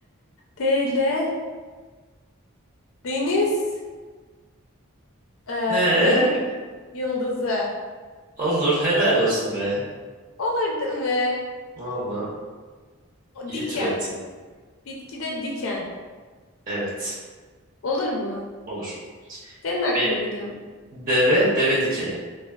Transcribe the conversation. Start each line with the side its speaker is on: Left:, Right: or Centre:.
Left: D ile deniz e,
Right: Ee,
Left: deniz yıldızı.
Right: olur helal olsun be.
Left: Olur değil mi?
Right: Valla
Left: O
Right: iyi
Left: diken.
Right: türettin.
Left: Bitkide diken.
Right: Evet
Left: Olur mu?
Right: olur.
Left: Senin aklına
Right: Benim
Left: diken. mi?
Right: deve deve dikeni.